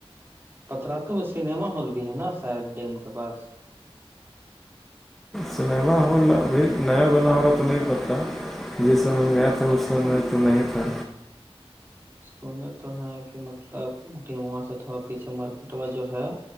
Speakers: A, on the right; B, in the centre.
A: پتراتو میں سنیما ہال بھی ہے نا شاید ڈیم کے پاس
B: سنیما ہال ابھی نیا بنا ہوگا تو نہیں پتتا جس لم میں گیا تھا اس لم میں تو نہیں تھا
A: سنے تو ہیں کہ مطلب ڈموا سے تھوڑا پیچھے مارکیٹ والا جو ہے